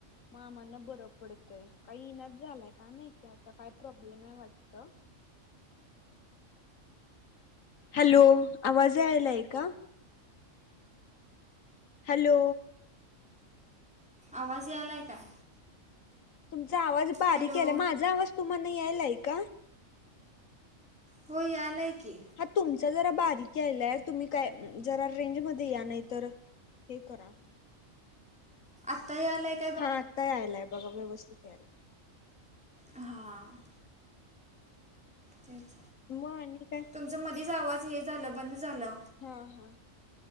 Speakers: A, on the left; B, in the centre.
A: मामांना बर पडतोय काही इनात झालाय काय माहितीय आता काय प्रॉब्लेम आहे वाटत हॅलो आवाज आयलाय का हॅलो
B: आवाज या आलाय काय
A: तुमचा आवाज बारीक
B: हॅलो
A: आहेला माझा आवाज तुम्हाला यायला आहे का
B: हो यालाय की
A: हा तुमचा जरा बारीक यायलाय तुम्ही काय जरा रेंज मध्ये या नाही तर हे करा
B: आत्ता यालाक
A: हा आत्ताही आयलाय बघा व्यवस्थित यायला
B: हां तेच
A: म आणििकय
B: तुमचं मधीच आवाज हे झालं बंद झालं
A: हा हा